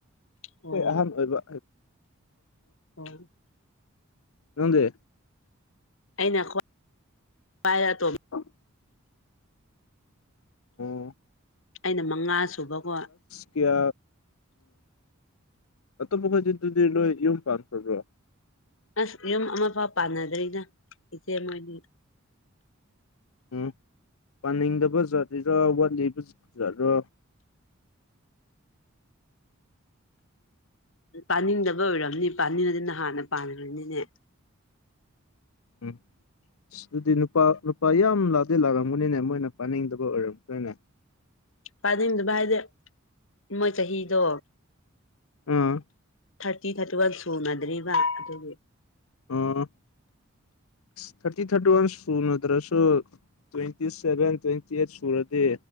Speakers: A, on the left; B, on the left.
A: ꯑꯣ
B: ꯑꯩꯈꯣꯏ ꯑꯍꯟ ꯑꯣꯏꯕ
A: ꯍ <unintelligible>
B: ꯅꯪꯗꯤ
A: ꯑꯩꯅ ꯈꯨꯋꯥꯏ ꯑꯇꫭꯝꯕꯤ
B: ꯑ <unintelligible> INAUDIBLE
A: ꯑꯩꯅ ꯃꯉꯥ ꯁꯨꯕꯀꯣ
B: ꯀꯌꯥ ꯑꯇꯣꯞꯄ ꯈꯩꯗꯤꯗꯨꯗꯤ ꯅꯣꯏ ꯌꯨꯝ ꯄꯥꯟꯈ꯭ꯔꯕ꯭ꯔꯣ
A: ꯑꯁ ꯌꯨꯝ ꯑꯃꯐꯥꯎ ꯄꯥꯟꯅꯗ꯭ꯔꯤꯅ ꯏꯆꯦ ꯃꯣꯏꯅꯤ
B: ꯎꯝ ꯄꯥꯅꯤꯡꯗꯕ ꯖꯠꯔꯤꯔꯥ ꯋꯥꯠꯂꯤꯕ ꯖꯠꯔꯣ
A: ꯄꯥꯅꯤꯡꯗꯕ ꯑꯣꯏꯔꯝꯅꯤ ꯄꯥꯅꯤꯡꯉꯗꯤ ꯅ ꯍꯥꯟꯅ ꯄꯥꯟꯈ꯭ꯔꯅꯤꯅꯦ
B: ꯎꯝ ꯑꯗꯨꯗꯤ ꯅꯨꯄꯥ ꯅꯨꯄꯥ ꯌꯥꯝ ꯂꯥꯛꯇꯦ ꯂꯥꯛꯂꯝꯝꯒꯅꯤꯅꯦ ꯃꯣꯏꯅ ꯄꯥꯅꯤꯡꯗꯕ ꯑꯣꯏꯔꯝꯒꯅꯤꯅ‌ꯦ
A: ꯄꯅꯤꯡꯗꯕ ꯍꯥꯏꯗ ꯃꯣꯏ ꯆꯍꯤꯗꯣ
B: ꯑꯥ
A: ꯊꯥꯔꯇꯤ ꯊꯥꯔꯇꯤꯋꯥꯜ ꯁꯨꯅꯗ꯭ꯔꯤꯕ ꯑꯗꯨꯒꯤ
B: ꯑꯥ ꯊꯥꯔꯇꯤ ꯊꯥꯔꯇꯤ ꯋꯥꯟ ꯁꯨꯅꯗꯔꯁꯨ ꯇ꯭ꯋꯦꯟꯇꯤ ꯁꯦꯚꯦꯟ ꯇ꯭ꯋꯦꯟꯇꯤ ꯑꯩꯠ ꯁꯨꯔꯗꯤ